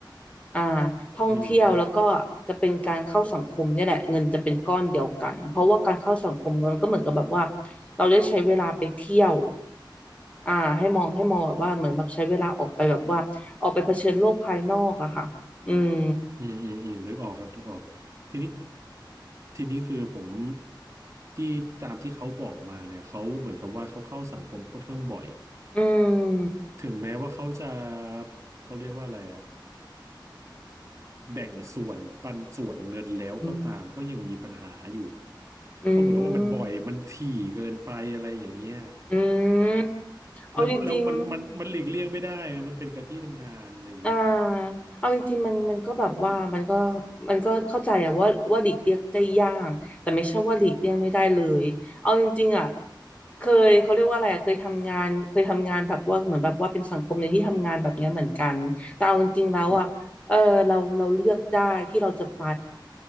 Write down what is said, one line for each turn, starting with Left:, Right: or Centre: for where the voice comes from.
Left: อ่าท่องเที่ยวแล้วก็จะเป็นการเข้าสังคมเนี่ยแหละเงินจะเป็นก้อนเดียวกันเพราะว่าการเข้าสังคมมันก็เหมือนกับแบบว่า
Right: อืมฮึ
Left: เราได้ใช้เวลาไปเที่ยวอ่าให้มองให้มองแบบว่าเหมือนแบบใช้เวลาออกไปแบบว่าออกไปเผชิญโลกภายนอกอะค่ะอืม
Right: อืมอืมอืมนึกออกครับนึกออกทีนี้ทีนี้คือผมที่ตามที่เขาบอกมาเนี่ย เขาเหมือนกับว่าเขาเข้าสังคมค่อนข้างบ่อย
Left: อืม
Right: ถึงแม้ว่าเขาจะเขาเรียกว่าอะไรอ่ะ แบ่งส่วนปันส่วนเงินแล้วก็ตามก็ยังมีปัญหาอยู่
Left: อืมอืม
Right: เพราะเหมือนกับว่ามันบ่อยมันถี่เกินไปอะไรอย่างเงี้ย
Left: อืมเอาจริง
Right: แล้วแล้วมันมันมันหลีกเลี่ยงไม่ได้อะมันเป็นกับที่ทำงานอะไรอย่างเงี้ย
Left: อ่าเอาจริงๆมันมันก็แบบว่ามันก็มันก็เข้าใจอะว่าว่าหลีกเลี่ยงได้ยากแต่ไม่ใช่ว่าหลีกเลี่ยงไม่ได้เลยเอาจริงๆอะเคยเขาเรียกว่าอะไรอะเคยทำงานเคยทำงานแบบว่าเหมือนแบบว่าเป็นสังคมในที่ทำงานแบบเนี้ยเหมือนกันแต่เอาจริงๆแล้วอะเออเราเราเลือกได้ที่เราจะไป
Right: ครับ